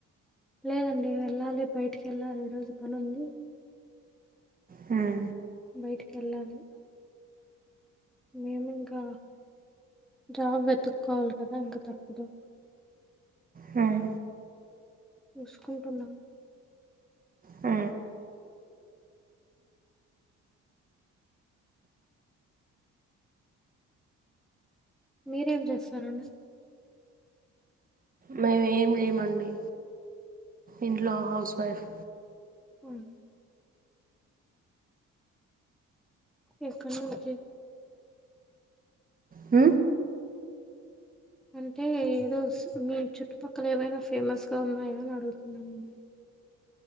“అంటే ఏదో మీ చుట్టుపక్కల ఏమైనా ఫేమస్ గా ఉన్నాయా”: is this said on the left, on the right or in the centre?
Centre